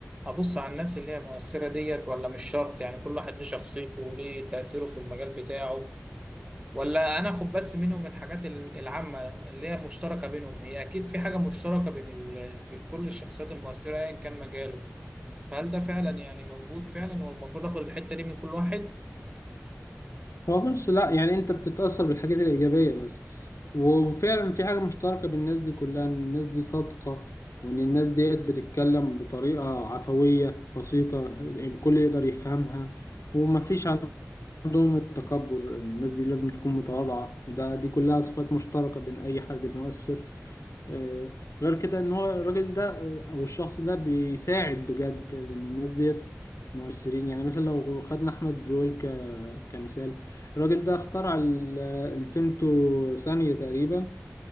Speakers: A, on the right (about 25°); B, on the left (about 80°).
A: ابص على الناس اللي هي مؤثرة ديت ولا مش شرط يعني كل واحد ليه شخصيته وليه تأثيره في المجال بتاعه ولا انا اخد بس منهم الحاجات ال- العامة اللي هي مشتركة بينهم هي اكيد في حاجة مشتركة بين ال... بين كل الشخصيات المؤثرة ايا كان مجاله فهل ده فعلا يعني موجود فعلا والمفروض اخد الحتة دي من كل واحد
B: هو بص لا يعني انت بتتأثر بالحاجات الإيجابية بس وفعلا في حاجة مشتركة بين الناس دي كلها ان الناس دي صادقة وان الناس ديت بتتكلم بطريقة عفوية بسيطة الكل يقدر يفهمها ومفيش عندهم التكبر الناس دي لازم تكون متواضعة ده دي كلها صفات مشتركة بين أي حد بيؤثر آه، غير كده إن هو الراجل ده آه، أو الشخص ده بيساعد بجد لأن الناس ديت مؤثرين يعني مثلا لو خدنا أحمد زويل ك... كمثال الراجل ده اخترع ال- الفيمتو ثانية تقريبا